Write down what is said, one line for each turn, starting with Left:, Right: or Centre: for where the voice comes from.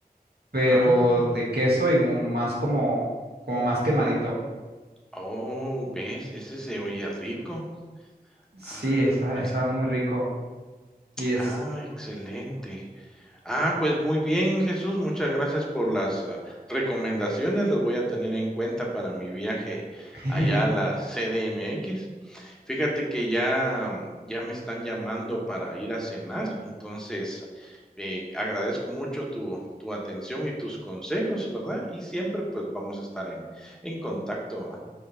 Right: pero
Centre: Ah,
Right: de queso y como más como, como más quemadito.
Centre: oh, ¿ves? Ese se oye rico.
Right: Sí,
Centre: Ah,
Right: está,
Centre: pues,
Right: está muy rico. Y es.
Centre: ah, excelente. Ah, pues, muy bien, Jesús, muchas gracias por las, ah, recomendaciones, Los voy a tener en cuenta para mi viaje
Right: <laughs>
Centre: allá a la CDMX. Fíjate que ya, mm, ya me están llamando para ir a cenar, entonces eh, agradezco mucho tu, tu atención y tus consejos, ¿verdad? Y siempre pues vamos a estar en, en contacto, ¿va?